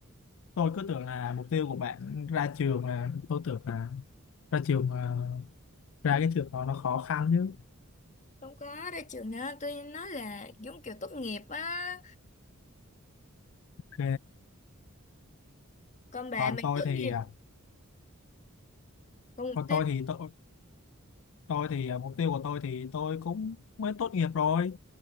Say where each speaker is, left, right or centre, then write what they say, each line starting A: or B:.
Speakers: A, on the left; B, on the left.
A: tôi cứ tưởng là mục tiêu của bạn ra trường là tôi tưởng là ra trường ờ, ra cái trường đó nó khó khăn chứ.
B: không có ra trường nữa tôi nói là giống kiểu tốt nghiệp á
A: Ok.
B: còn bà
A: Còn
B: mày
A: tôi
B: tốt
A: thì
B: nghiệp
A: à,
B: còn mục
A: còn
B: tiêu
A: tôi thì tôi tôi thì à, mục tiêu của tôi thì tôi cũng mới tốt nghiệp rồi